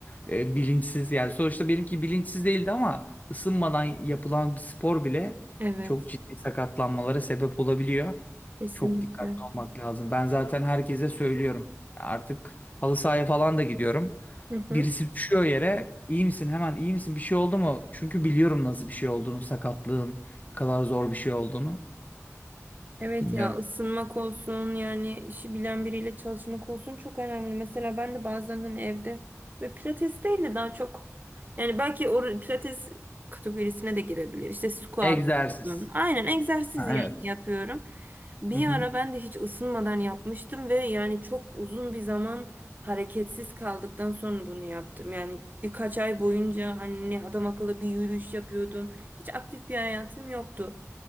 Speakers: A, on the left (about 30°); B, on the right (about 35°).
A: Ee, bilinçsiz yani sonuçta benimki bilinçsiz değildi ama ısınmadan yapılan bir spor bile
B: Evet.
A: çok ciddi sakatlanmalara sebep olabiliyor.
B: Kesinlikle.
A: Çok dikkatli olmak lazım. Ben zaten herkese söylüyorum. Artık halı sahaya falan da gidiyorum.
B: Hı hı.
A: Birisi düşüyor yere, iyi misin hemen iyi misin bir şey oldu mu? Çünkü biliyorum nasıl bir şey olduğunu, sakatlığın ne kadar zor bir şey olduğunu
B: Evet
A: bilmiyorum.
B: ya ısınmak olsun yani işi bilen biriyle çalışmak olsun çok önemli. Mesela ben de bazen hani evde ve pilates değil de daha çok yani belki o pilates kategorisine de girebilir. İşte squat.
A: Egzersiz.
B: falan. Aynen egzersiz
A: Ha,
B: yani
A: evet.
B: yapıyorum. Bir
A: Hı hı,
B: ara ben de hiç ısınmadan yapmıştım ve yani çok uzun bir zaman hareketsiz kaldıktan sonra bunu yaptım. Yani birkaç ay boyunca hani adam akıllı bir yürüyüş yapıyordum. Hiç aktif bir hayatım yoktu.